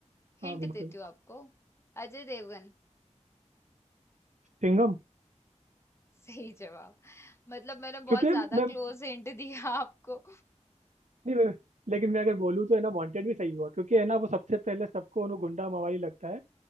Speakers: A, on the left; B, on the right.
A: हिंट
B: हाँ बिल्कुल
A: देती हूँ आपको अजय देवगन
B: सिंघम
A: सही जवाब मतलब मैंने
B: क्योंकि
A: बहुत ज्यादा
B: मैं
A: क्लोज हिंट दिया <laughs> आपको
B: नहीं मैं लेकिन मैं अगर बोलूँ तो है ना वांटेड भी सही हुआ क्योंकि है ना वो सबसे पहले सबको उन्हें गुंडा मवाली लगता है